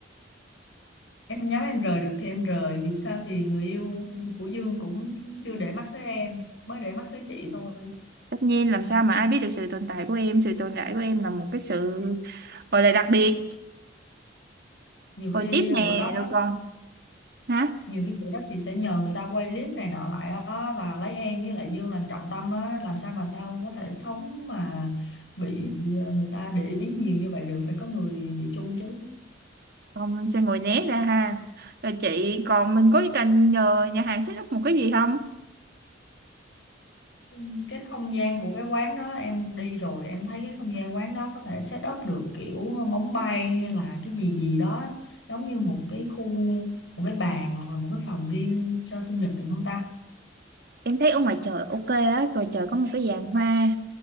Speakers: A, on the left; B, on the right.
A: em nhắm em rời được thì em rời dù sao thì người yêu của Dương cũng chưa để mắt tới em mới để mắt tới chị thôi
B: tất nhiên làm sao mà ai biết được sự tồn tại của em sự tồn tại của em là một cái sự gọi là đặc biệt
A: nhiều
B: rồi
A: khi
B: tiếp nè
A: bữa đó
B: rồi còn hả
A: nhiều khi bữa đó chị sẽ nhờ người ta quay clip này nọ lại á và lấy em với lại Dương làm trọng tâm á làm sao mà tao có thể sống mà bị ờ, người ta để ý nhiều như vậy được phải có người bị chung chứ
B: còn mình sẽ ngồi né ra ha rồi chị còn mình có cần nhờ nhà hàng set up một cái gì không
A: Ừ, cái không gian của cái quán đó em đi rồi em thấy cái không gian quán đó có thể set up được kiểu ờ, bóng bay hay là cái gì gì đó giống như một cái khu một cái bàn hoặc là một cái phòng riêng cho sinh nhật được không ta
B: em thấy ở ngoài trời ok á ngoài trời có một cái giàn hoa